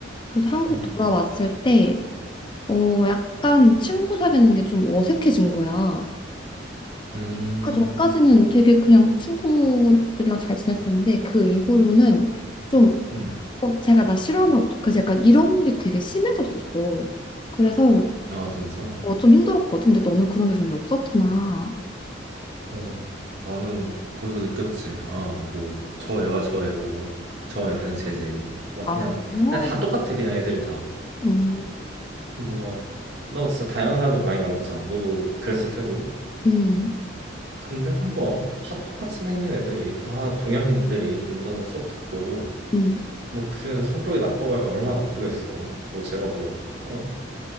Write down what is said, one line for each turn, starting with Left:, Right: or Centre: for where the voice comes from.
Left: 그래서 한국
Right: 음,
Left: 돌아왔을 때 어 약간 친구 사귀는 게 좀 어색해진 거야.
Right: 음,
Left: 그 전까지는 되게 그냥 친구들이랑 잘 지냈었는데 그 이후로는 좀
Right: 음.
Left: 어, 제가 나 싫어하면 어떡하지? 약간 이런 게 되게 심해졌었어. 그래서
Right: 아, 진짜?
Left: 어, 좀 힘들었거든. 근데 너는 그런 게 전혀 없었구나.
Right: 어, 나는 거기서 느꼈지. 아, 뭐, 저 애가 저 애고, 저 애는 쟤지. 막
Left: 아,
Right: 그냥,
Left: 어,
Right: 그냥 다 똑같아, 그냥 애들이 다.
Left: 음,
Right: 뭔가, 나 진짜 다양한 사람들 많이 만났잖아. 너도 그랬을 테고.
Left: 음,
Right: 근데 한국 와서 다 똑같이 생긴 애들이 다 동양인들이 앉아서 수업 듣고
Left: 음.
Right: 뭐 그중에서 성격이 나빠봐야 얼마나 나쁘겠어. 뭐 제가 뭐 어?